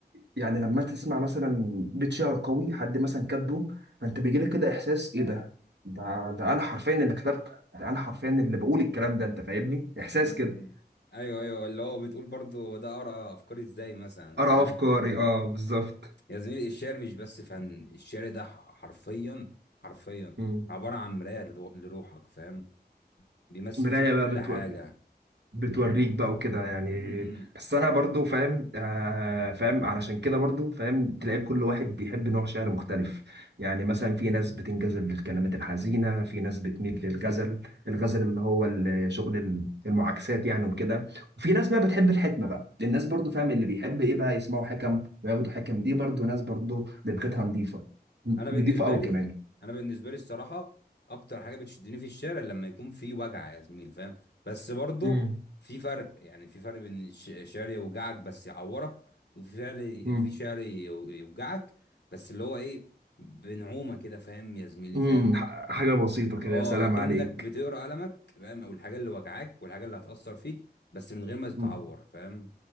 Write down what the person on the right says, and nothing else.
يعني لما تسمع مثلا بيت شعر قوي حد مثلا كاتبه فانت بيجي لك كده احساس ايه ده ده ده انا حرفيا اللي كتبته ده انا حرفيا اللي بقول الكلام ده انت فاهمني احساس
كده
ارى افكاري اه بالظبط
مم.
مرايه
بقى
بتوري
بتوريك بقى وكده يعني
بس انا برضو فاهم آه فاهم علشان كده برضو فاهم تلاقي كل واحد بيحب نوع شعر مختلف يعني مثلا في ناس بتنجذب للكلمات الحزينة في ناس بتميل للغزل الغزل اللي هو ال- شغل ال- المعاكسات يعني وكده وفي ناس بقى بتحب الحكمة بقى الناس برضو فاهم اللي بيحب ايه بقى يسمعوا حكم وياخدوا حكم دي برضو ناس برضو دماغها نظيفة
نظيفة قوي
كمان
امم
امم
امم
ح- حاجة بسيطة كده
يا سلام
عليك
امم